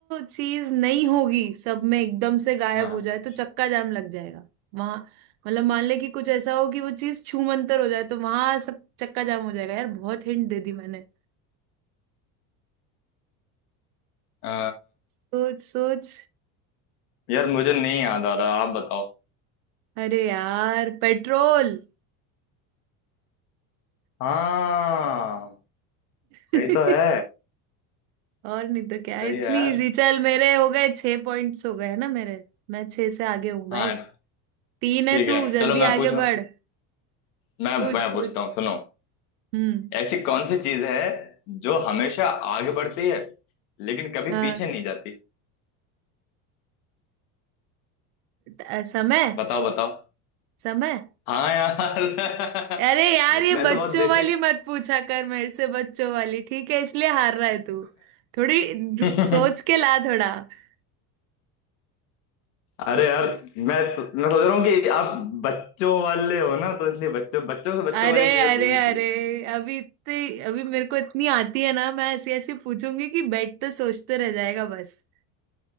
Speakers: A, on the right; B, on the left.
A: चीज नहीं होगी सब में एकदम से गायब
B: हाँ,
A: हो जाए तो चक्का जाम लग जाएगा वहां मतलब मान ले कि कुछ ऐसा हो कि वो चीज छूमंतर हो जाए तो वहां सब चक्का जाम हो जाएगा यार बहुत हिंट दे दी मैंने
B: अ,
A: सोच सोच
B: यार मुझे नहीं याद आ रहा आप बताओ
A: अरे यार पेट्रोल
B: हाँ सही
A: <laughs>
B: तो है
A: और नहीं तो क्या है,
B: सही
A: इतनी
B: है यार
A: इजी चल मेरे हो गए छह पॉइंट्स हो गए ना मेरे मैं छह से आगे हूँ भाई
B: हाँ
A: तीन है
B: ठीक
A: तू
B: है
A: जल्दी
B: चलो मैं
A: आगे
B: पूछूं
A: बढ़
B: मैं
A: पूछ
B: मैं
A: पूछ
B: पूछता हूँ सुनो
A: हम्म
B: ऐसी कौन सी चीज है जो हमेशा आगे बढ़ती है लेकिन कभी
A: हाँ
B: पीछे नहीं जाती
A: अ, समय
B: बताओ बताओ
A: समय
B: हाँ यार <laughs>
A: अरे यार ये
B: मैं
A: बच्चों
B: तो बहुत बेसिक
A: वाली मत पूछा कर मेरे से बच्चों वाली ठीक है इसलिए हार रहा है तू थोड़ी ढू-
B: <laughs>
A: सोच के ला थोड़ा <laughs>
B: अरे यार मैं मैं सोच रहा हूँ कि आप बच्चों वाले हो ना तो इसलिए बच्चों बच्चों से
A: अरे
B: बच्चों वाली चीजें
A: अरे
B: पूछनी
A: अरे
B: चाहिए
A: अभी इतने अभी मेरे को इतनी आती है ना मैं ऐसी ऐसी पूछूंगी कि बैठ तो सोचते रह जाएगा बस